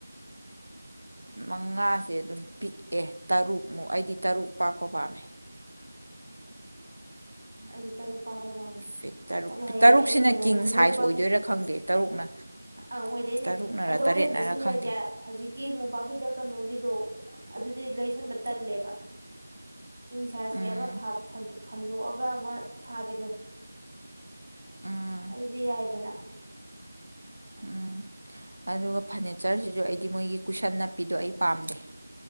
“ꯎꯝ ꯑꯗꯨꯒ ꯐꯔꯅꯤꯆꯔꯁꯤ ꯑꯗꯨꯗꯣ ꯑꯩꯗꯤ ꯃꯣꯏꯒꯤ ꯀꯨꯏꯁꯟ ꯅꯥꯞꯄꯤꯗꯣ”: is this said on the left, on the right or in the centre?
Right